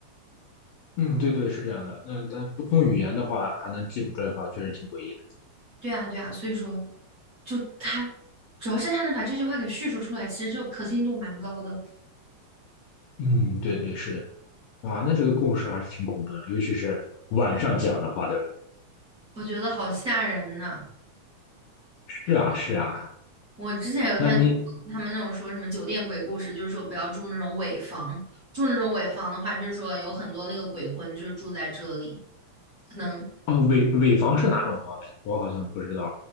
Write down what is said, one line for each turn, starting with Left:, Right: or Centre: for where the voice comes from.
Left: 嗯，对对，是这样的。那他不通语言的话，还能记住这句话，确实挺诡异
Right: 对啊，对啊，所以说，就他主要是他能把这句话给叙述出来，其实就可信度蛮高的。
Left: 的。嗯，对对，是的。啊，那这个故事还是挺恐怖的，尤其是晚上讲的话，对吧？
Right: 我觉得好吓人呐！
Left: 是啊，是啊，
Right: 我之前有看
Left: 那你
Right: 他们那种说什么酒店鬼故事，就是说不要住那种尾房，住那种尾房的话，就是说有很多那个鬼魂就是住在这里，可能
Left: 哦，尾尾房是哪种房嘞？我好像不知道